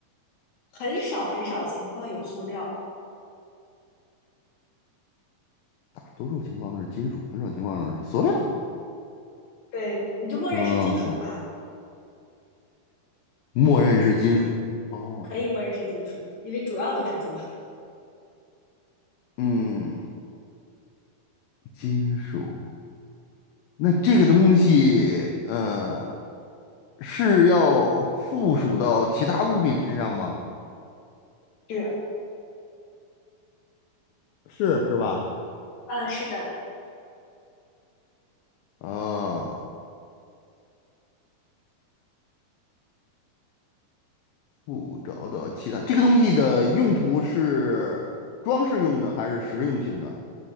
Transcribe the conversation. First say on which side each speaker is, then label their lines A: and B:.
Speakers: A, on the left; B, on the left.
A: 很少很少情况有塑料。
B: 多数情况是金属，很少情况是塑料。
A: 对，你就默认是金属吧，
B: 嗯，默认是金属。哦，
A: 可以默认是金属，因为主要都是金属。
B: 嗯，金属。那这个东西，呃，是要附属到其他物品身上吗？
A: 是，
B: 是是吧？
A: 嗯，是的，
B: 啊、不找到其他，这个东西的用途是装饰用的还是实用性的？